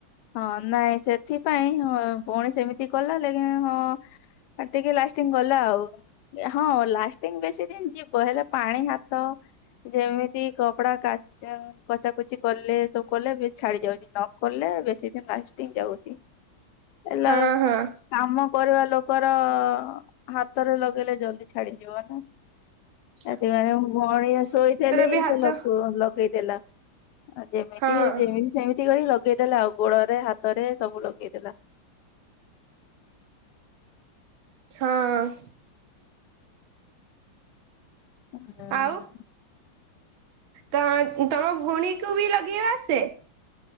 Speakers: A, on the left (about 65°); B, on the right (about 80°).
A: ହଁ ନାଇଁ ସେଥିପାଇଁ ହଁ ପୁଣି ସେମିତି କଲା ଦେଖିଲା ହଁ। ଆଉ ଟିକେ ଲାଷ୍ଟିଙ୍ଗ ଗଲା ଆଉ। ହଁ ଲାଷ୍ଟିଙ୍ଗ ବେଶୀ ଦିନ ଯିବ ହେଲେ ପାଣି ହାତ ଯେମିତି କପଡା କାଚନ। କଚା କଚି କଲେ ସବୁ କଲେ ବେଶି ଛାଡି ଯାଉଚି। ନକଲେ ବେଶି ସେଥିପାଇଁ ଲାଷ୍ଟିଙ୍ଗ ଯାଉଚି ଏଲା
B: ହଁ ହଁ
A: କାମ କରିବା ଲୋକର ହାତରେ ଲଗେଇଲେ ଜଲଦି ଛାଡିଯିବ ନା।
B: ହ
A: ସେଥିପାଇଁ ମୁଁ ଅଣୀ ଶୋଇଥିଲି କି
B: ବି ହାତ
A: ସେ ଲୋକ ଲଗେଇ ଦେଲା ଆଉ ଯେମିତି
B: ହଁ
A: ଯେମିତି ସେମିତି କରି ଲଗେଇଦେଲା ଆଉ। ଗୋଳରେ ହାତରେ ସବୁ ଲଗେଇଦେଲା।
B: ହଁ।
A: ହୁଁ।
B: ଆଉ ତ ତମ ଭଉଣୀକୁୁ ବି ଲଗେଇବା ସେ।